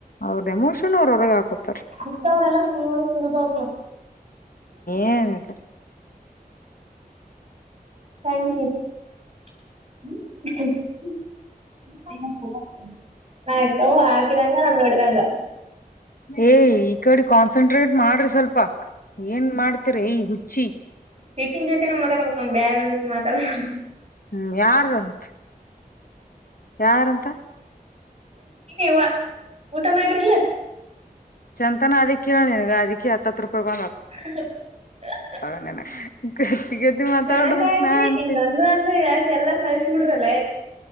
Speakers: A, on the left; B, on the right.
A: ಅವ್ರದ ಎಮೋಷನ್ ಅವ್ರ ಅವ್ರಗೆ ಹಾಕತಾರ
B: ಅಕ್ಕವ್ರಲ್ಲಾ ತಿಳುವಳ ತಿಳಿದವ್ರಲ್ಲ
A: ಏನಿಲ್ಲ
B: ಸ <unintelligible> ಆಯ್ತ ಹಾಕಿದಂಗ ನೋಡಿದಂಗ
A: ಏ ಈ ಕಡೆ ಕಾನ್ಸಂಟ್ರೇಟ್ ಮಾಡ್ರಿ ಸ್ವಲ್ಪ ಏನ್ ಮಾಡ್ತಿರ ಯ ಹುಚ್ಚಿ
B: ಯಕಿನ ಜೊತೆ ನಮ್ ಮಾತಾಡ್ಬೇಕು ನ್ ಬೇಾರ ಅವ್ರ ಜೊತೆ ಮಾತಾಡದು
A: ಹ್ಮ್ ಯಾರು ಅಂತ ಯಾರಂತ
B: ಇ ನೀ ಊಟ ಮಾಡ್ರಿಲ್ಲ
A: ಚಂತನ ಅದಕ್ಕೆ ಕೇಳಿನ್ಗ ಅದಕ್ಕೆ ಹತ್ತು ರೂಪಾಯಿ ಒ
B: <inaudible>
A: ತಗನ ಕತಿಿ ಕತಿಿ ಮಾತಾ
B: ದನ
A: ಆಡತ
B: ಕಾಯಕಿನಿ
A: ನ ಅತ
B: ಹಿಂಗ್ ಅಂದ್ರ ಅಂದ್ರ ಎಟ್ ಎಲ್ಲಾ ಕಳ್ಸಿ ಬಿಡ್ರಲ್ಲ